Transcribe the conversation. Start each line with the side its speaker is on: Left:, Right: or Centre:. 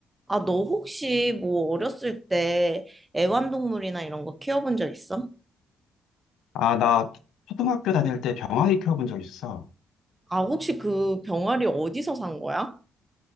Right: 아, 너 혹시 뭐 어렸을 때 애완동물이나 이런 거 키워본 적 있어?
Left: 아, 나 초등학교 다닐 때 병아리 키워본 적 있어.
Right: 아, 혹시 그 병아리 어디서 산 거야?